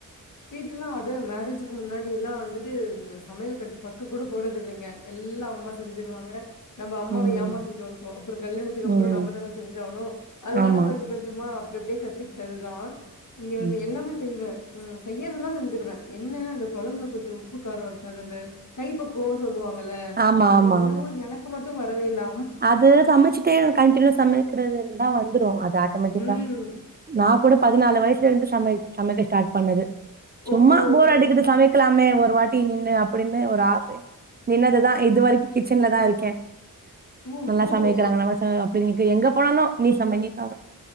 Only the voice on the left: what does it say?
வீட்டுலா அது மேரேஜுக்கு முன்னாடி எல்லா வந்துட்டு இந்த சமையல் கட்டு பக்கம் கூட போனது இல்லங்க எல்லாம் அம்மா செஞ்சிருவாங்க நம்ம அம்மாவ
ஏமாத்தட்டு வந்துட்டோ அப்புறோ கல்யாணத்துக்கு
அப்புறோ நம்ம தானே செஞ்சி ஆணு அதனால
கொஞ்ச கொஞ்சமா அப்டி அப்டியே கத்துக்கிட்டதுதா இங்க வந்து
எல்லாமே செய்வே உம் செய்யறதெல்லா செஞ்சுருவே என்ன அந்த குழம்புல கொஞ்சௌ உப்பு காரம் இருக்காது அந்த கை பக்கவோ சொல்லுவாங்க ல்ல
அது
என்னமோ
எனக்கு மட் வரவேல்ல
ம்
ஓ
சேரி சேரி
ஓ
ஓ
ஓ